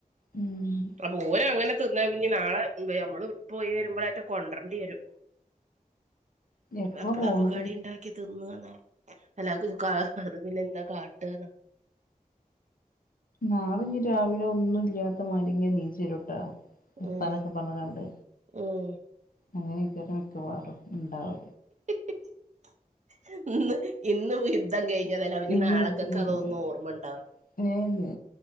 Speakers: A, on the left; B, on the right.
A: ഉം
B: അപൊല് അങ്ങനെ ത്ന്നഞ് നാളെ അമ്മള് പോയിര്മ്പോറ്റെ കൊണ്ട്രാണ്ടിരും
A: എപ്പൊ
B: എപ്പളാപ്പൊ
A: പോണത്
B: കടി ഇണ്ടാക്കി തിന്നണ് അല്ലാ ക് കാ അത് പിന്നെ ന്താ കാട്ട്ന്ന
A: നാളെഞ്ഞി രാവിലെ ഒന്നും ഇല്യാത്തമാരിങ്ങൻ നീചെരുട്ട വർത്താനൊക്കെ
B: ഉം
A: പറഞ്ങ്ങാണ്ട്
B: ഉം
A: അങ്ങനെര്ക്ക മിക്കവാറും ഇണ്ടാവ്
B: <unintelligible> ഇന്ന് ഇന്ന്പോയി യുദ്ധം കഴിഞ്ഞതല്ലേ അവ
A: ഇന്ന്
B: നാളെക്കൊക്കെ
A: യുദ്ധം കഴിഞ്ഞു
B: അതോന്ന്
A: പറയാ.
B: ഓർമ്മ ഉണ്ടാവാൻ
A: ഏഹ് ന്ന്